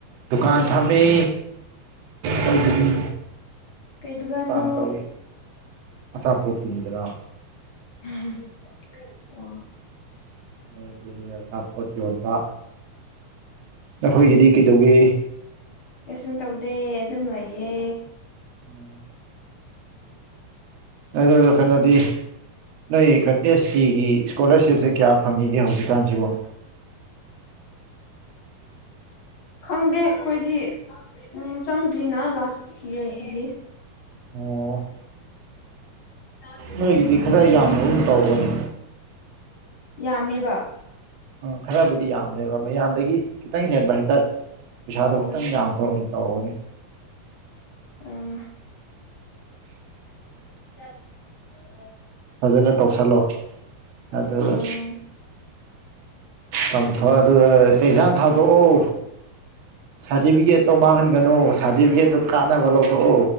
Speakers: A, on the right; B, on the left.
A: ꯗꯨꯀꯥꯟ ꯐꯝꯃꯤ ꯈꯣꯏꯒꯤꯗꯤ
B: ꯀꯩ ꯗꯨꯀꯥꯟꯅꯣ
A: ꯗꯨꯀꯥꯟ ꯇꯧꯏ ꯑꯆꯥꯄꯣꯠꯀꯤꯅꯤꯗꯅ
B: <unintelligible> ꯑꯣ
A: ꯑ ꯑꯗꯨꯅꯤ ꯑꯆꯥꯄꯣꯠ ꯌꯣꯟꯕ ꯅꯈꯣꯏꯒꯤꯗꯤ ꯀꯩꯗꯧꯒꯦ
B: ꯀꯩ ꯁꯨꯝ ꯇꯧꯗꯦ ꯑꯗꯨꯝ ꯂꯩꯌꯦ
A: ꯎꯝ ꯑꯗꯨ ꯀꯩꯅꯣꯗꯤ ꯅꯣꯏ ꯀꯩꯅꯣ ꯑꯦꯁ ꯇꯤꯒꯤ ꯏꯁꯀꯣꯂꯥꯔꯁꯤꯞꯁꯦ ꯀꯌꯥ ꯐꯪꯉꯤꯒꯦ ꯍꯧꯖꯤꯛꯀꯥꯟꯁꯤꯕꯨ
B: ꯈꯪꯗꯦ ꯑꯩꯈꯣꯏꯗꯤ ꯎꯝ ꯆꯪꯗ꯭ꯔꯤꯅ ꯂꯥꯁ ꯌꯥꯔꯒꯤꯗꯤ
A: ꯑꯣ
B: <unintelligible>
A: ꯅꯣꯏꯒꯤꯗꯤ ꯈꯔ ꯌꯥꯝꯕꯒꯨꯝ ꯇꯥꯎꯕꯅꯤ
B: ꯌꯥꯝꯃꯤꯕ
A: ꯎ ꯈꯔꯕꯨꯗꯤ ꯌꯥꯝꯕꯅꯦꯕ ꯃꯌꯥꯝꯗꯒꯤ ꯈꯤꯇꯪ ꯍꯦꯟꯕ ꯍꯥꯏꯇꯥꯔꯦ ꯄꯩꯁꯥꯗꯣ
B: ꯑꯣ
A: ꯈꯤꯇꯪ ꯌꯥꯝꯕ ꯑꯣꯏꯅ ꯇꯧꯕꯅꯤ
B: ꯎꯝ <unintelligible>
A: ꯐꯖꯅ ꯇꯧꯁꯜꯂꯣ ꯑꯗꯨꯒ
B: ꯎꯝ
A: ꯇꯝꯊꯣꯛ ꯑꯗꯨꯒ ꯑꯦꯛꯖꯥꯝ ꯊꯥꯗꯣꯛꯑꯣ ꯁꯥꯔꯇꯤꯐꯤꯀꯦꯠꯇꯣ ꯃꯥꯡꯍꯟꯒꯅꯨ ꯁꯥꯔꯇꯤꯐꯤꯀꯦꯠꯇꯣ ꯀꯥꯟꯅꯕ ꯂꯧꯊꯣꯛꯎ